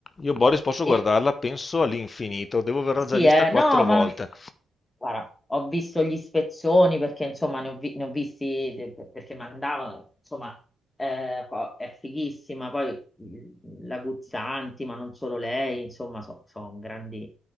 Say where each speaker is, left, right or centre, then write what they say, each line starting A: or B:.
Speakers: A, on the left; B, on the left.
A: Io Boris posso
B: E,
A: guardarla, penso all'infinito, devo averla
B: sì,
A: già vista
B: eh,
A: quattro
B: no,
A: volte.
B: ma Guarda, ho visto gli spezzoni perché insomma ne ho, vi- ne ho visti de- per- perché mandavano, insomma eh, co- è fighissima, poi mm, la Guzzanti, ma non solo lei, insomma sono grandi